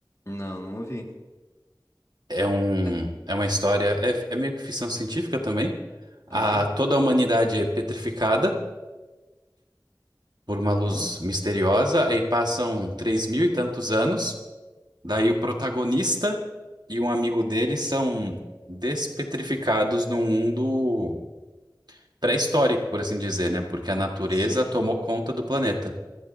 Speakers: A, on the left; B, on the right.
A: Não, não ouvi.
B: É um,
A: É,
B: é uma história, é, é meio que ficção científica também. A,
A: Aham.
B: toda a humanidade é petrificada por uma luz
A: Ó,
B: misteriosa, aí passam três mil e tantos anos. Daí o protagonista. e um amigo dele são despetrificados num mundo pré-histórico, por assim dizer, né? Porque a natureza
A: sim.
B: tomou conta do planeta.